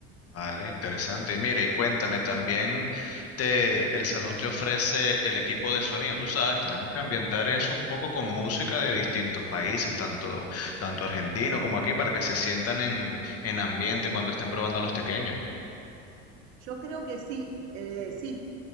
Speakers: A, on the left; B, on the right.
A: Vale, interesante. Y mira, y cuéntame también, te, el salón te ofrece el equipo de sonido. Tú sabes, tenemos que ambientar eso un poco con música de distintos países, tanto, tanto argentino como aquí, para que se sientan en, en ambiente cuando estén probando a los tequeños
B: Yo creo que sí, eh, sí.